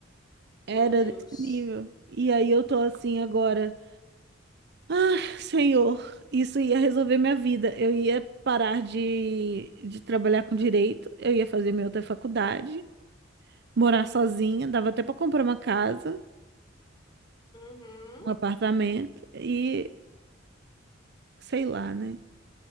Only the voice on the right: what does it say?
Era
desse nível. E aí eu tô assim agora. Ah, senhor, isso ia resolver minha vida. Eu ia parar de, de trabalhar com direito, eu ia fazer minha outra faculdade, morar sozinha, dava até para comprar uma casa,
um apartamento e sei lá, né?